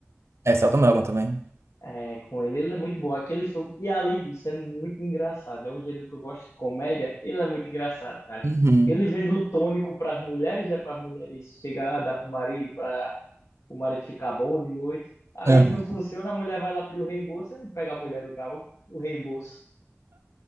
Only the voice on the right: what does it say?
É, Saltomelo também.
Uhum.
Aham.